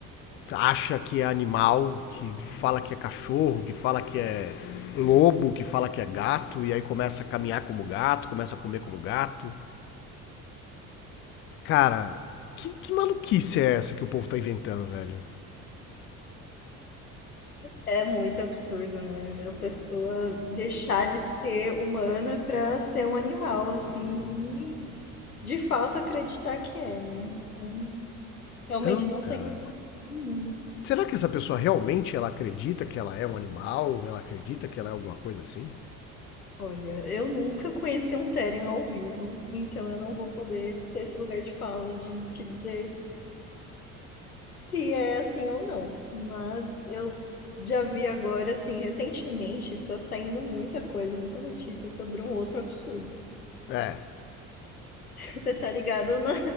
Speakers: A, on the left (about 30°); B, on the left (about 80°).
A: acha que é animal, que fala que é cachorro, que fala que é lobo, que fala que é gato, e aí começa a caminhar como gato, começa a comer como gato. Cara, que, que maluquice é essa que o povo tá inventando, velho?
B: É muito absurdo, né? A pessoa deixar de ser humana pra ser um animal, assim, e de fato acreditar que é, né? Então, realmente
A: Então,
B: não
A: cara,
B: sei todo mundo.
A: será que essa pessoa realmente ela acredita que ela é um animal? Ela acredita que ela é alguma coisa assim?
B: Olha, eu nunca conheci um Teren ao vivo, então eu não vou poder ter esse lugar de fala de te dizer se é assim ou não. Mas eu já vi agora, assim, recentemente, tá saindo muita coisa, muita notícia sobre um outro absurdo.
A: É,
B: <laughs> Você tá ligado na,